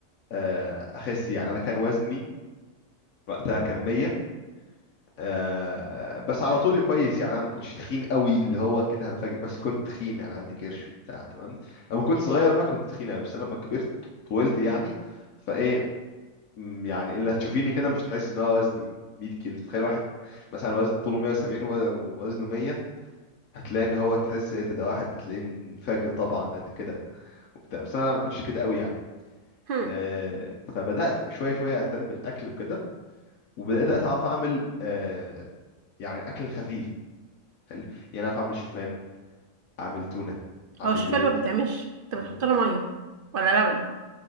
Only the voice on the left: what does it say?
آه، اخس يعني انا كان وزني وقتها كمية آه بس على طول كويس يعني انا ما كنتش تخين قوي اللي هو كده هنفجر بس كنت تخين يعني عندي كرش وبتاع تمام لما كنت صغير بقى كنت تخين قوي بس انا لما كبرت طولت يعني فايه مم، يعني اللي هتشوفيني كده مش هتحس ان هو وزني 100 كيلو تخيل واحد مثلا وزن طوله 170 و- ووزنه 100 هتلاقي ان هو تحس ايه ده ده واحد هتلاقيه منفجر طبعا قد كده وبتاع بس انا ما كنتش كده قوي يعني
آه فبدات شويه شويه اهتم بالاكل وكده وبدات اتعرف اعمل آه يعني اكل خفيف حلو يعني اعرف اعمل شوفان اعمل تونه اعمل
بيض
أنا-